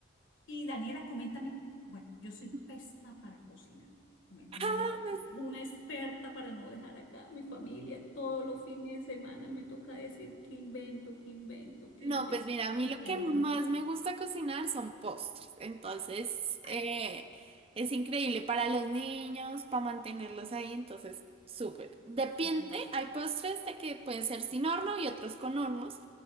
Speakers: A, on the left; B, on the right.
A: Y Daniela, coméntame, bueno, yo soy
B: <laughs>
A: pésima para cocinar. Coméntame
B: Ah,
A: ya que tú
B: no, es-
A: eres una experta para no dejar acá a mi familia. Todos los fines de semana me toca decir qué invento, qué invento, qué
B: no,
A: invento.
B: pues mira, a mí
A: Pues
B: lo
A: la
B: que
A: idea
B: más
A: es,
B: me gusta cocinar son postres. Entonces, eh,
A: ay,
B: es increíble para los niños, para mantenerlos ahí. Entonces, súper. Depende,
A: del,
B: hay postres de que pueden ser sin horno y otros con hornos.